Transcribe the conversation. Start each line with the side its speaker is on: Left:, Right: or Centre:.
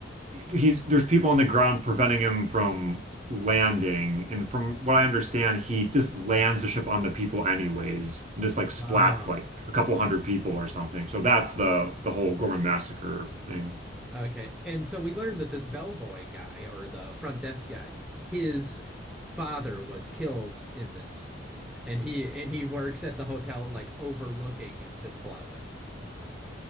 Right: he's there's people on the ground preventing him from landing, and from what I understand, he just lands the ship on the people anyways, and just like splats
Centre: Ah,
Right: like a couple hundred people or something. So that's the the whole Gorman massacre thing.
Centre: Okay. And so we learned that this bellboy guy or the front desk guy, his father was killed in this. And he and he works at the hotel like overlooking this plaza.